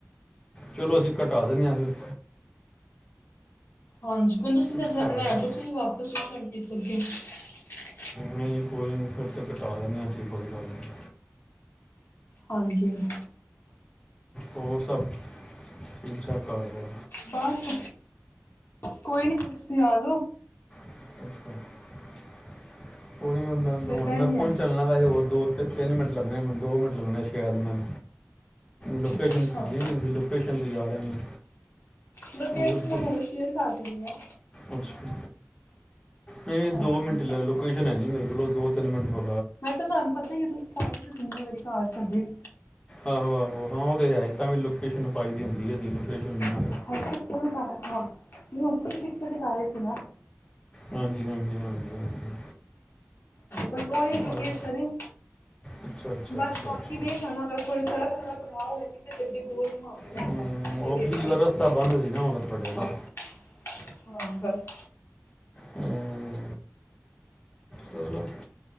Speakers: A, on the left; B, on the left.
A: ਚਲੋ ਅਸੀਂ ਘਟਾ ਦਿੰਦੇ ਹ ਫਿਰ
B: ਹਾਂਜੀ ਕੁਣ ਤੁਸੀਂ ਲੈ
A: ਘਟਾ
B: ਜਾਓ
A: ਦਿੰਦੇ ਹਾਂ।
B: ਤੁਸੀਂ ਵਾਪਸ <unintelligible>
A: ਨਹੀਂ ਕੋਈ ਨੀਂ ਫਿਰ ਤੇ <inaudible> ਐ ਸੀ ਕੋਈ ਗੱਲ ਨਹੀਂ
B: ਹਾਂਜੀ <unintelligible>
A: ਹੋਰ ਸਭ ਠੀਕ ਠਾਕ ਘਰ
B: ਬਸ ਕੋਈ ਨੀਂ ਫਿਰ ਤੁਸੀਂ ਆ ਜਾਓ।
A: <unintelligible> ਉਹ ਮੈਂ ਮੈਂ
B: ਫਿਰ
A: ਹੁਣ
B: ਬਹਿਨੇ
A: ਮੈਂ ਪਹੁੰਚ
B: ਆ
A: ਚੱਲਣਾ ਵੈਸੇ ਹੋਰ ਦੋ ਅਤੇ ਤਿੰਨ ਮਿੰਟ ਲੱਗਣੇ ਦੋ ਮਿੰਟ ਲੱਗਣੇ ਸੈ਼ਦ ਮੈਨ ਲੋਕੇਸ਼ਨ
B: ਅੱਛਾ
A: ਪੇਜੀ ਤੁਸੀਂ ਲੋਕੇਸ਼ਨ ਤੇ ਜਾ ਰਿਹਾ ਮੈਂ
B: ਲੋਕੇਸ਼ਨ
A: ਮਤਲਬ ਦੋ-
B: ਮੈਂ ਤੁਹਾਨੂੰ ਸ਼ੇਅਰ ਕਰ ਦਿੰਦੀ ਆਂ।
A: ਅੱਛਾ। ਨਈਂ ਨਈਂ
B: ਹਾਂਜੀ
A: ਦੋ ਮਿੰਟ ਲ ਲੋਕੇਸ਼ਨ ਹੈ ਗੀ ਮੇਰੇ ਕੋ ਬਾ ਦੋ ਤਿੰਨ ਮਿੰਟ ਵਾ
B: ਵੈਸੇ ਤੁਆਨੂੰ ਪਤਾ ਈ ਐ, ਤੁਸੀਂ ਤਾਂ ਆਏ ਕਿੰਨੀਂ ਵਾਰੀ ਘਰ ਸੱਦੇ।
A: ਆਹੋ ਆਹੋ ਹਾਂ ਤੇ ਹੈਏ। ਤਾਂ ਵੀ ਲੋਕੇਸ਼ਨ ਪਾਈ ਦੀ ਹੁੰਦੀ ਐ, ਜੀ ਲੋ <unintelligible>
B: ਹੁ ਪਿੱਛੇ ਬਿਤਾ ਹਾਂ, ਨਹੀਂ ਹੁਣ ਤੁਸੀਂ ਪਿੱਛੇ ਬਿਤਾ ਰਹੇ ਸੀ ਨਾ।
A: ਹਾਂਜੀ ਹਾਂਜੀ ਹਾਂਜੀ, ਹਾਂਜੀ।
B: ਬਸ ਉਹੀ ਲੋਕੇਸ਼ਨ,
A: ਆਏ, ਅੱਛਾ ਅੱਛਾ ਅੱਛਾ
B: ਬਸ ਬਾਕੀ
A: ਅੱਛਾ
B: ਵੀ ਖਣਾ ਅਗਰ ਸੜਕ ਸੁੜਕ ਪੜਾਅ ਹੋਵੇਗੀ ਤੇ ਗੱਡੇ ਗੋਲ ਘਮਾ ਕੇ
A: ਹਮ,
B: ਲੈ ਜਾ ਪਿਛਲੀ
A: ਉਹ
B: ਗੇਟ ਤੇ
A: ਵਾਰ
B: <unintelligible>
A: ਰਸਤਾ ਬੰਦ ਸੀ ਨਾ ਉਹਦਾ ਤੁਹਾਡੇ ਵਾਲਾ
B: ਹਾਂ, ਬਸ
A: ਹਮ, ਚਲੋ